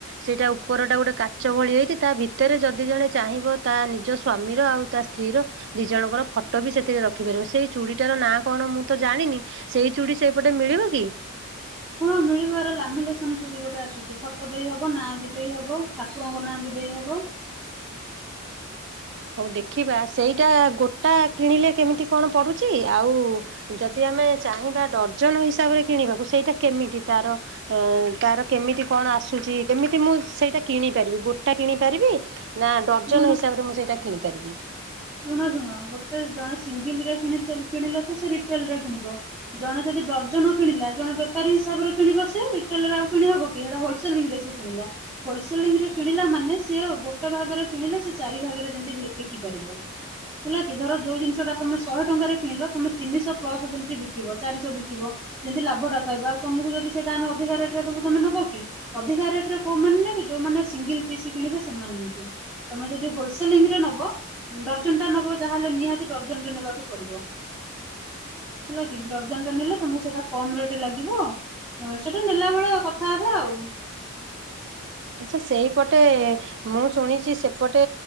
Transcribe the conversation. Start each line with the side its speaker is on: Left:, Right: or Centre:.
Right: ସେଇଟା ଉପରଟା ଗୋଟେ କାଚ ଭଳି ହେଇଛି ତା ଭିତରେ ଯଦି ଜଣେ ଚାହିଁବ ତା ନିଜ ସ୍ୱାମୀର ଆଉ ତା ସ୍ତ୍ରୀର ଦି ଜଣଙ୍କର ଫଟୋ ଫଟୋ ବି ସେଥିରେ ରଖିପାରିବ ସେଇ ଚୁଡ଼ିଟାର ନାଁ କଣ ମୁଁ ତ ଜାଣିନି ସେଇ ଚୁଡ଼ି ସେପଟେ ମିଳିବ କି
Centre: ହଁ ମିଳିବାର ଲାମିଲେସନ ଚୁଡି ଗୋଟେ ଆସୁଛି ଫଟୋ ଦେଇ ହବ ନାଁ ବି ଦେଇ ହବ ଠାକୁରଙ୍କ ନାଁ ବି ଦେଇ ହବ। <inaudible>
Right: ହଉ ଦେଖିବା ସେଇଟା ଗୋଟା କିଣିଲେ କେମିତି କଣ ପଡ଼ୁଛି ଆଉ ଯଦି ଆମେ ଚାହିଁବା ଡର୍ଜନ ହିସାବରେ କିଣିବାକୁ ସେଇଟା କେମିତି ତାର ଅ ତାର କେମିତି କଣ ଆସୁଛି କେମିତି ମୁଁ ସେଇଟା କିଣି ପାରିବି ଗୋଟା କିଣି ପାରିବି ନା ଡର୍ଜନ
Centre: ଶୁଣ
Right: ହିସାବରେ ମୁଁ ସେଇଟା କିଣିପାରିବି?
Centre: ଶୁଣ ଶୁଣ ଗୋଟେ ଜଣେ ସିଙ୍ଗିଲରେ କିଣିଲେ ତ ସେ ରିଟେଲ ରେ କିଣିବ ଜଣେ ଯଦି ଡ୍ରଜନ କିଣିଲା ଜଣେ ବେପାରି ହିସାବରେ କିଣିବ ସେ ରିଟେଲରେ ଆଉ କିଣି ହବ କି ହେଇଟା ହୋଲସେଲିଙ୍ଗରେ ସେ କିଣିଲା। ହୋଲସେଲିଂ ରେ କିଣିଲା ମାନେ ସେ ଗୋଟେ ଭାଗରେ କିଣିଲେ ସେ ଚାରି ଭାଗରେ ଯେମିତି ବି ବିକି ପାରିବ। <unintelligible> ହେଲା କି ଧର ଯୋଉ ଜିନିଷଟା ତମେ ଶହେ ଟଙ୍କାରେ କିଣିଲ ତମେ ତିନିଶହ ପ୍ଲସ ଯେମିତି ବିକିବ ଚାରିଶହ ବିକିବ। ଯେତି ଲାଭଟା ପାଇବ ଆଉ ତମକୁ ଯଦି ସେଇଟା ଆମେ ଅଧିକା ରେଟ୍ ରେ ତବୁ ତମେ ନବ କି? ଅଧିକା ରେଟରେ କୋଉମାନେ ନେବେ ଯୋଉମାନେ ସିଙ୍ଗଲ ପିସ୍ କିଣିବେ ସେମାନେ ନେବେ। ତମେ ଯଦି ହୋଲସେଲିଂ ରେ ନବ ଡର୍ଜନଟେ ନେବ ଯାହାହେଲେ ନିହାତି ଡର୍ଜନଟେ ନେବାକୁ ପଡିବ। ହେଲା କି ଡର୍ଜନଟେ ନେଲେ ତମକୁ ସେଟା କମ ରେଟ୍ ଲାଗିବ। ହଁ ସେଇଟା ନେଲା ବେଳେ କଥା ହବା ଆଉ।
Right: ଆଚ୍ଛା ସେଇ ପଟେ ମୁଁ ଶୁଣିଚି ସେପଟେ